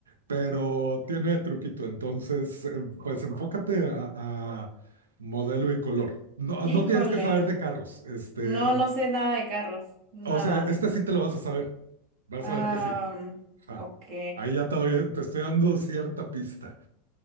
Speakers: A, on the right; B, on the right.
A: pero tiene truquito, entonces, eh, pues enfócate a, a modelo y color. No,
B: Híjole.
A: no tienes que saber de carros, este,
B: No,
A: eh,
B: no sé nada de carros. Nada.
A: o sea, este sí te lo vas a saber, vas
B: Am,
A: a ver que sí. Ajá.
B: ok.
A: Ahí ya te doy- te estoy dando cierta pista.